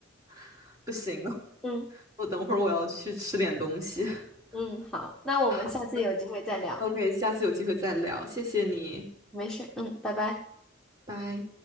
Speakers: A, on the right; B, in the centre.
A: <laughs> 不行了，
B: 嗯
A: 我等会儿我要去吃点东西。<laughs>
B: 嗯，好，那我们下次有机会再聊，
A: 好，OK，下次有机会再聊，谢谢你，
B: 没事，嗯，拜拜。
A: 拜。